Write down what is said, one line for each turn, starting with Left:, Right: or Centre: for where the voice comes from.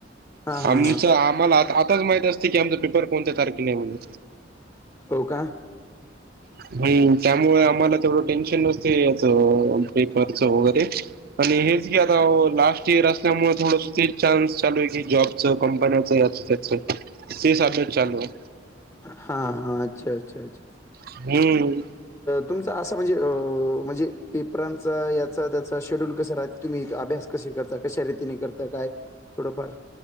Left: हां, हां,
Right: आमचं
Left: हां.
Right: आम्हा आ आता आत्ताच माहित असत की, आमचा पेपर कोणत्या तारखेला आहे म्हणून.
Left: हो का?
Right: हम्म आणि त्यामुळे आम्हाला तेवडं टेन्शन नसतय ह्याचं अ पेपर चव वगैरे आणि हेच की, आता लास्ट इयर असल्यामुळे थोडस ते चान्स चालू आहे की, जॉबचं कंपन्याच अच्छा, तेच अभ्यास चालू आहे.
Left: हा हा, अच्छा अच्छा, अच्छा.
Right: हम्म.
Left: तुमच असं म्हणजे अ... म्हणजे पेपरांचा याचा, त्याचा शेड्यूल कसा राहते. तुम्ही अभ्यास कशी करता, कशा रीतीने करता, काय थोडंफार?